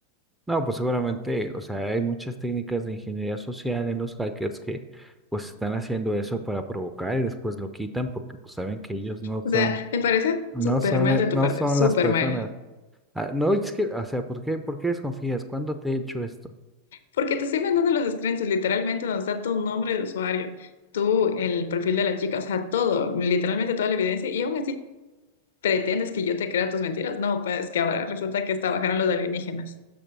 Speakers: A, in the centre; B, on the left (about 60°).
A: No, pues seguramente, o sea, hay muchas técnicas de ingeniería social en los hackers que pues están haciendo eso para provocar y después lo quitan porque pues saben que ellos no son,
B: O sea, me parece
A: no
B: súper
A: son,
B: mal
A: eh,
B: de tu
A: no
B: parte,
A: son
B: súper
A: las personas.
B: mal.
A: Ah, no, es que, o sea, ¿por qué, por qué desconfías? ¿Cuándo te he hecho esto?
B: Porque te estoy mandando los screenshots, literalmente donde está tu nombre de usuario, tú, el perfil de la chica, o sea, todo, literalmente toda la evidencia, y aún así pretendes que yo te crea tus mentiras. No, pues que ahora resulta que hasta bajaron los alienígenas.